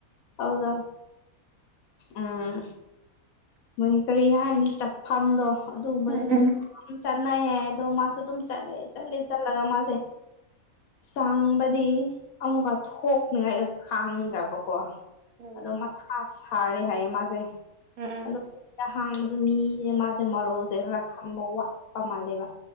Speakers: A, on the left (about 75°); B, on the right (about 70°).
A: ꯑꯗꯨꯗꯥ ꯎꯝ ꯃꯣꯏ ꯀꯔꯤ ꯍꯥꯏꯅꯤ ꯆꯠꯐꯝꯗꯣ ꯑꯗꯨꯒꯨꯝꯕꯁꯨ
B: ꯎꯝ
A: ꯃꯤ ꯆꯠꯅꯩ ꯍꯥꯏ ꯑꯗꯣ ꯃꯥꯁꯨ ꯑꯗꯨꯝ ꯆꯠꯂꯦ ꯆꯠꯂꯦ ꯆꯠꯂꯒ ꯃꯥꯁꯦ꯫ ꯆꯥꯡꯕꯗꯤ ꯑꯃꯨꯛꯀ ꯊꯣꯛꯅꯤꯉꯥꯏꯗꯣ ꯈꯥꯡꯗ꯭ꯔꯕꯀꯣ꯫
B: ꯎꯝ
A: ꯑꯗꯣ ꯃꯊꯥ ꯁꯥꯔꯦ ꯍꯥꯏꯌꯦ ꯃꯥꯁꯦ꯫
B: ꯎꯝ
A: ꯑꯅꯥꯛꯄꯗ ꯍꯥꯡꯕꯁꯨ ꯃꯤꯁꯦ ꯃꯥꯁꯦ ꯃꯔꯣꯜꯁꯦ ꯈꯔ ꯈꯥꯡꯕ ꯋꯥꯠꯄ ꯃꯥꯜꯂꯦꯕ꯫